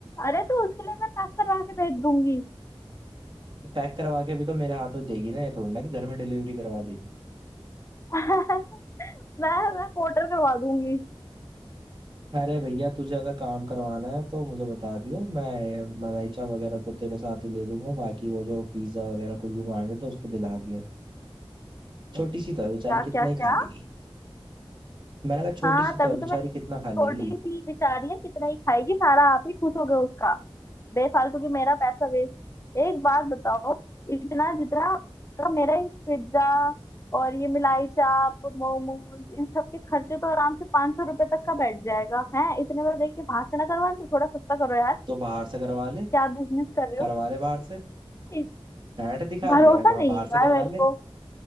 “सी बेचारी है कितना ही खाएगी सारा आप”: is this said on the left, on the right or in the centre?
Left